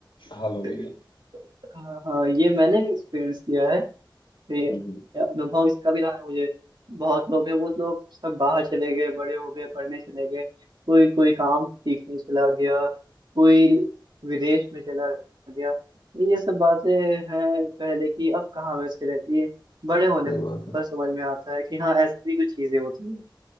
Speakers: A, on the left; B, on the right.
A: हाल
B: <laughs>
A: हो गई है
B: हाँ हाँ ये मैंने भी एक्सपीरियंस किया है ये
A: हम्म, हम्म,
B: अनुभव इसका भी रहा है मुझे बहुत लोग हैं वो लोग सब बाहर चले गए बड़े हो गए पढ़ने चले गए कोई कोई काम सीखने चला गया कोई विदेश में चला गया ये सब बातें हैं पहले की अब कहाँ वैसे रहती है बड़े होने
A: सही बात है
B: पर समझ में आता है कि हाँ ऐसे भी कुछ चीजें होती हैं